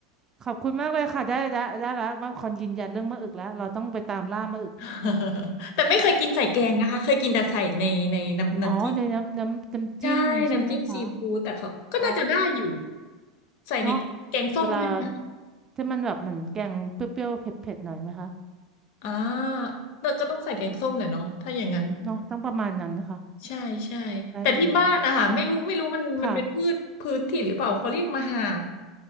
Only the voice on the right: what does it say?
ขอบคุณมากเลยค่ะได้ได้ได้แลวมาคอนยืนยันเรื่องมะอึกแล้วเราต้องไปตามล่ามะอึก
อ๋อในน้ำน้ำน้ำจิ้มใช่ไหมคะ
อ๋อ
เนาะเวลาที่มันแบบเหมือนแกงเปรี้ยวๆเผ็ดๆหน่อยไหมคะ
เนาะต้องประมาณนั้นนะคะ
ได้เลยค่ะ